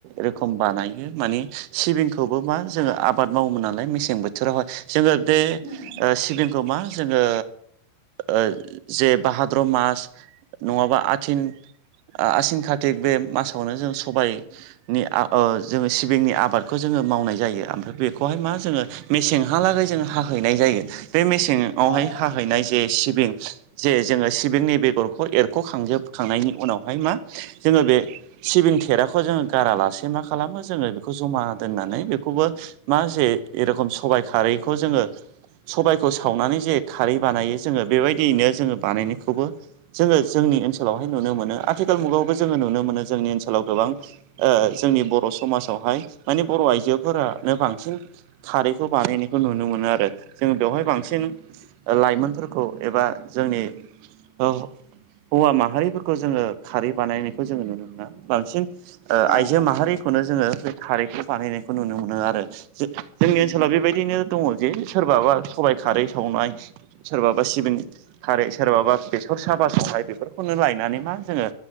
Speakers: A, on the right (about 80°); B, on the left (about 30°).
A: रोखोम बानायो माने सिबिंखौबो मा जोङो आबाद मावोमोन नालाय मेसें बोथोरावहाय जोङो बे
B: उम उम
A: ओ सिबिंखौ मा जोङो ओ जे भाहाद्र' मास नङाबा आ थिन ओ आसिन कारतिक बे मासावनो जों सबाय नि ओ जोङो सिबिंनि आबादखौ जोङो मावनाय जायो ओमफ्राय बेखौहाय मा जोङो मेसेंहालागै जोङो हाहैनाय जायो। बे मेसेङावहाय
B: औ
A: हाहैनाय जे सिबिं जे जोङो सिबिंनि बेगरखौ एरख'खांजोब खांनायनि उनावहाय मा जोङो बे सिबिं थेराखौ जोङो गारालासे मा खालामो जोङो बेखौ जमा दोननानै बेखौबो मा जे इरखम सबाइ खारैखौ जोङो सबाइखौ सावनानै जे खारै बानायो जोङो बेबायदियैनो जोङो बानायनायखौबो जोङो जोंनि ओनसोलावहाय नुनो मोनो आथिखाल मुगायावबो जोङो नुनो मोनो जोंनि ओनसोलाव गोबां जोंनि बर' समाजावहाय माने बर' आइजोफोरानो बांसिन खारैखौ बानायनायखौ नुनो मोनो आरो जों बेवहाय बांसिन लाइमोनफोरखौ एबा जोंनि हौ-हौवा मा हारिफोरखौ जोङो खारै बानायनायखौ जोङो नुनो मोना बांसिन ओ
B: औ
A: आइजो
B: औ
A: माहारिखौनो जोङो बे खारैखौ बानायनायखौ नुनो मोनो आरो। जो-जोंनि
B: उम
A: ओनसोलाव
B: उम
A: बेबायदिनो दङ जे सोरबाबा सबाइ खारै सावनाय सोरबाबा सिबिं खारै सोरबाबा बेसर साबा सावनाय बेफोर खौनो लायनानै मा जोङो